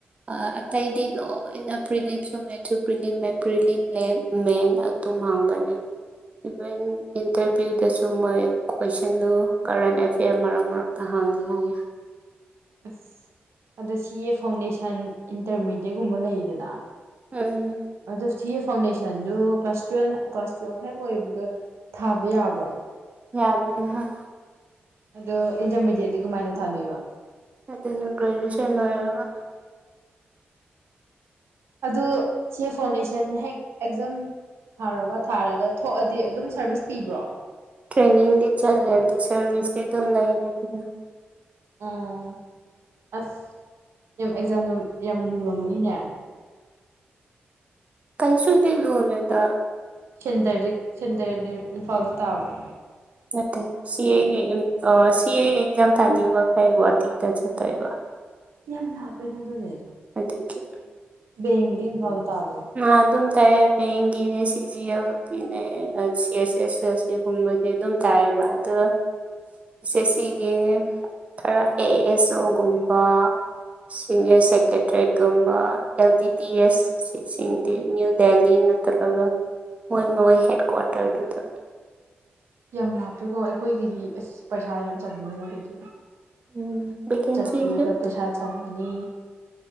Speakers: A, on the right; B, on the right.
A: ꯑ ꯑꯇꯩꯗꯤ ꯂꯣꯏꯅ ꯄ꯭ꯔꯤꯂꯤꯝꯁꯨ ꯃꯦꯟꯁꯨ ꯄ꯭ꯔꯤꯂꯤ ꯃꯦꯝ ꯄ꯭ꯔꯤꯂꯤꯝꯂꯦ ꯃꯦꯟ ꯑꯗꯨꯝ ꯍꯥꯡꯕꯅꯦ ꯏꯚꯟ ꯏꯟꯇꯔꯚꯤꯌꯨꯗꯁꯨ ꯃꯣꯏ ꯀꯣꯏꯁꯟꯗꯨ ꯀꯔꯦꯟ ꯑꯦꯐꯤꯌꯥꯔ ꯃꯔꯛ ꯃꯔ ꯇ ꯌꯥꯉꯦ
B: ꯑꯁ ꯑꯗꯣ ꯁꯤ ꯑꯦ ꯐꯥꯎꯟꯗꯦꯁꯟ ꯏꯟꯇꯔꯃꯦꯗꯌꯦꯠꯀꯨꯝꯕ ꯂꯩꯗꯅ
A: ꯎꯝ
B: ꯑꯗꯣ ꯁꯤ ꯑꯦ ꯐꯥꯎꯟꯗꯦꯁꯟꯗꯨꯣ ꯀ꯭ꯂꯥꯁ ꯇꯨꯌꯦꯜ ꯀ꯭ꯂꯥꯁ ꯇꯨꯌꯦꯦꯜꯐ ꯍꯦꯛ ꯂꯣꯏꯕꯒ ꯊꯥꯕ ꯌꯥꯕ꯭ꯔꯣ
A: ꯌꯥꯗꯅꯤ ꯍꯥ
B: ꯑꯗꯣ ꯏꯟꯇꯔꯃꯦꯗꯤꯌꯦꯠꯗꯤ ꯀꯃꯥꯏꯅ ꯊꯥꯗꯣꯏꯕ
A: ꯑꯗꯨꯅ ꯒ꯭ꯔꯦꯖꯨꯑꯦꯁꯟ ꯂꯣꯏꯔꯒ
B: ꯑꯗꯨ ꯁꯤ ꯐꯥꯎꯟꯗꯦꯁꯟ ꯍꯦꯛ ꯑꯦꯛꯖꯝ ꯊꯥꯔꯕ ꯊꯥꯔꯒ ꯊꯣꯛꯑꯗꯤ ꯑꯗꯨꯝ ꯁꯔꯚꯤꯁ ꯄꯤꯕ꯭ꯔꯣ
A: ꯇ꯭ꯔꯦꯅꯤꯡꯡꯗꯤ ꯆꯠꯂꯦ ꯑꯗꯨ ꯁꯔꯕꯤꯁꯇꯤ ꯑꯗꯨꯝ ꯂꯩꯔꯥꯗꯤ ꯑꯗꯨꯝ
B: ꯑꯣ ꯑꯁ ꯌꯥꯝ ꯑꯦꯛꯖꯥꯝ ꯌꯥꯝ ꯌꯥꯝ ꯂꯨꯔꯝꯕꯅꯤꯅꯦ
A: ꯀꯩꯁꯨꯗꯤ ꯂꯨꯔꯣꯏ ꯗꯥ
B: ꯁꯦꯟꯇ꯭ꯔꯗꯤ ꯁꯦꯟꯇ꯭ꯔꯗꯤ ꯏꯝꯐꯥꯜꯗ ꯇꯥꯕ꯭ꯔꯣ
A: ꯅꯠꯇꯦ ꯁꯤ ꯑꯦꯒꯤ ꯁꯤ ꯑꯦ ꯑꯦꯛꯖꯥꯝ ꯊꯥꯅꯤꯡꯕ ꯈꯩ ꯒꯨꯍꯥꯇꯤꯗ ꯆꯠꯇꯣꯏꯕ
B: ꯌꯥꯝ ꯂꯥꯞꯄꯦꯅ ꯑꯗꯨꯅꯦ
A: ꯑꯗꯨꯒꯤ
B: ꯕꯦꯡꯀꯤꯗꯤ ꯏꯝꯐꯥꯜꯗꯥ ꯇꯥꯕ꯭ꯔꯣ
A: ꯑꯗꯨꯝ ꯇꯥꯏꯌꯦ ꯕꯦꯡꯒꯤꯅꯦ ꯁꯤ ꯖꯤ ꯌꯦꯜꯒꯤꯅꯦ ꯀ ꯑꯦꯁ ꯑꯦꯁ ꯑꯦꯁ ꯁꯤꯒꯨꯝꯕꯗꯤ ꯑꯗꯨꯝ ꯇꯥꯏꯌꯦꯕ ꯑꯗ ꯑꯦꯁ ꯑꯦꯁ ꯁꯤꯒꯤ ꯈꯔ ꯑꯦ ꯑꯦꯁ ꯑꯣꯒꯨꯝꯕ ꯁꯤꯅꯤꯌꯔ ꯁꯦꯀ꯭ꯔꯦꯇꯔꯤꯌꯦꯠꯀꯨꯝꯕ ꯑꯦꯜ ꯗꯤ ꯗꯤ ꯑꯦꯁ ꯀꯆꯤꯡꯗꯤ ꯅ꯭ꯌꯨ ꯗꯦꯜꯂꯤ ꯅꯠꯇ꯭ꯔꯒ ꯃꯣꯏ ꯃꯣꯏ ꯍꯦꯠ ꯀ꯭ꯋꯥꯇꯔꯗꯨꯗ
B: ꯌꯥꯝ ꯂꯥꯞꯄꯦꯀꯣ ꯑꯩꯈꯣꯏꯒꯤꯗꯤ ꯑꯁ ꯄꯩꯁꯥ ꯌꯥꯝ ꯆꯪꯒꯅꯤ ꯑꯗꯨꯗꯤ
A: ꯎꯝ ꯚꯦꯀꯦꯟꯁꯤꯁꯨ
B: ꯆꯠꯄꯗꯨꯗ ꯄꯩꯁꯥ ꯆꯪꯉꯅꯤ